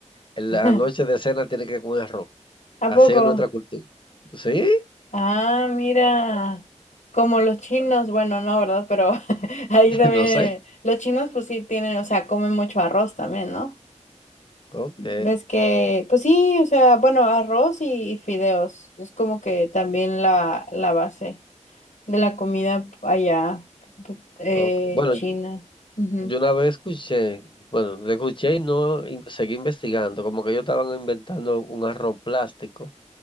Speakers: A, on the left; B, on the left.
A: en
B: <laughs>
A: la noche de cena tienes que comer arroz.
B: ¿A
A: Así
B: poco?
A: es nuestra cultura. ¿Sí?
B: Ah, mira, como los chinos, bueno, no, ¿verdad? Pero <laughs> ahí
A: <laughs>
B: también,
A: No sé.
B: eh, los chinos pues sí tienen, o sea, comen mucho arroz también, ¿no?
A: Ok.
B: Ves que, pues sí, o sea, bueno, arroz y, y fideos, es como que también la, la base de la comida allá, eh,
A: ok. Bueno,
B: china. Ujú.
A: yo una vez escuché, bueno, lo escuché y no in- seguí investigando, como que ellos estaban inventando un arroz plástico